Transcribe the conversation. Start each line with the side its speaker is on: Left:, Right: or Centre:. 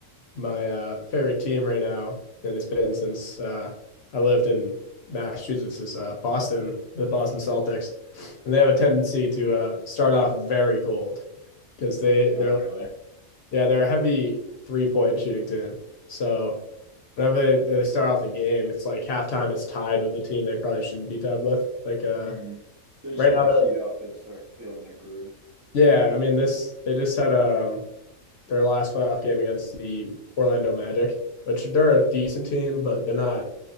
Left: my uh, favorite team right now, and it's been since uh, I lived in Massachusetts, is uh, Boston, the Boston Celtics, and they have a tendency to uh, start off very cold because they
Right: No,
Left: they're
Right: really.
Left: like- yeah they're a heavy three point shooting team. So whenever they, they start off the game, it's like halftime. It's tied with the team they probably shouldn't be tied with. Like uh,
Right: hmm They just
Left: right
Right: need to
Left: now
Right: like
Left: they're
Right: heat up and start feeling their groove.
Left: yeah. I mean this they just had um their last playoff game against the Orlando Magic, which they're a decent team, but they're not